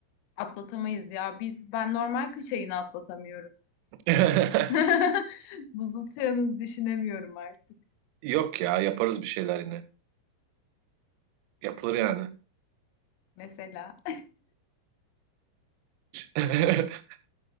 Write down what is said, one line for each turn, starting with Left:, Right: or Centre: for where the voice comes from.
Left: Atlatamayız ya. Biz ben normal kış ayını atlatamıyorum.
Right: <laughs>
Left: <laughs> Buzul çağını düşünemiyorum artık
Right: Yok ya yaparız bir şeyler yine. Yapılır yani.
Left: mesela.
Right: <laughs>